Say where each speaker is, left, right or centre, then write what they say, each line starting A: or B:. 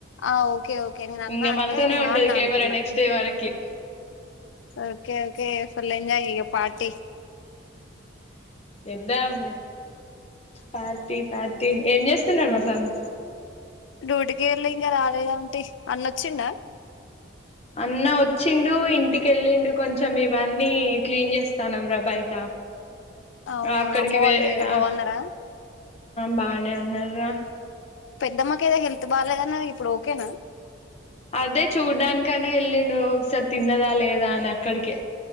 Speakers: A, on the left (about 70°); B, on the left (about 30°).
A: ఆహ్ ఓకే ఓకే నేను అన్న
B: ఇంగ
A: అంటే
B: మనతోనే
A: మా
B: ఉంటది
A: అన్న
B: కెమెరా
A: అనుకున్నా.
B: నెక్స్ట్ డే వరకి
A: ఓకే ఓకే ఫుల్ ఎంజాయ్ ఇగ పార్టీ
B: ఇద్దమ్ పార్టీ పార్టీ ఏం చేస్తున్నడు మా సన్న
A: డ్యూటీ కేళ్ళి ఇంకా రాలేదంటి అన్నొచ్చిండ
B: అన్న ఒ వచ్చిండు ఇంటికెళ్ళిండు కొంచెం ఇవన్నీ క్లీన్ చేస్తానంరా బయట.
A: అవునా
B: ఆహ్ అక్కడికి
A: అమ్మ
B: వే
A: వాళ్ళు ఈయన బాగున్నారా
B: ఆహ్ బానే ఉన్నారు రా.
A: పెద్దమ్మకి ఏదో హెల్త్ బాగాలేదన్నరు ఇప్పుడు ఓకేనా.
B: అదే చూడ్డానికన్నే వెళ్ళిండు ఒకసారి తిన్నదా లేదా అని అక్కడికే.